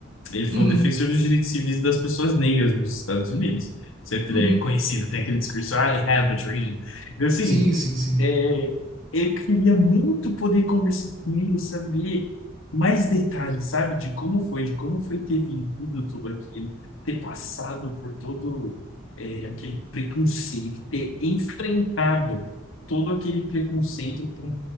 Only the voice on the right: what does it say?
uhum,
uhum.
Sim, sim, sim.